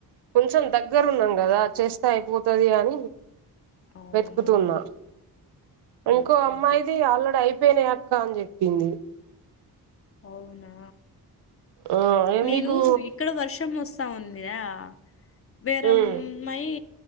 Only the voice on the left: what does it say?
అవునవును
ఓకే
ఓకే
అవునా
నేను
ఇక్కడ వర్షం వస్ తా ఉందియా వేరే
అం అమ్మాయి